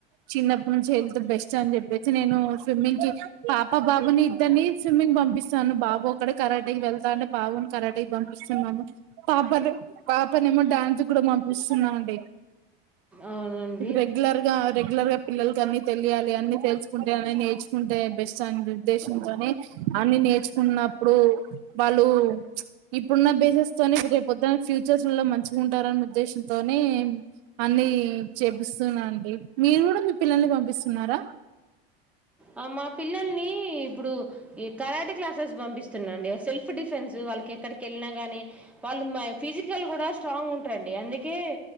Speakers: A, on the right; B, in the centre.
A: చిన్నపనుంచి నుంచి హెల్త్ బెస్ట్ అని చెప్పేసి నేను స్విమ్మింగ్ కి పాప బాబుని ఇద్దరిని స్విమ్మింగ్ పంపిస్తాను బాబు ఒక్కడే కరాటి వెళ్తా అంటే బాబుని కరాటిక్ పంపిస్తున్నాను పాపను పాపనేమో డ్యాన్స్ గూడా పంపిస్తున్నామండి
B: అవునండి
A: రెగ్యులర్ గా రెగ్యులర్ గా పిల్లలకి అన్ని తెలియాలి అన్ని తెలుసుకుంటే అన్ని నేర్చుకుంటే బెస్ట్ అండి ఉద్దేశంతోనే అన్ని నేర్చుకున్నప్పుడు వాళ్ళు. ఇప్పుడున్న బేసెస్ తోని ఇప్పుడు రే పొద్దున్న ఫ్యూచర్స్లో మంచిగుంటారనే ఉద్దేశంతోనే అన్ని చేపిస్తునండి మీరు కూడా మీ పిల్లల్ని పంపిస్తున్నారా
B: అ మా పిల్లల్ని ఇప్పుడు ఈ కరాటి క్లాసెస్ పంపిస్తున్నాండి ఒక అ సెల్ఫ్ ఫ్ డిఫెన్స్ వాళ్ళకి ఎక్కడికి వెళ్ళినా గానీ వాళ్ళు మ ఫిజికల్ కూడా స్ట్రాంగుంటారండి అందుకే..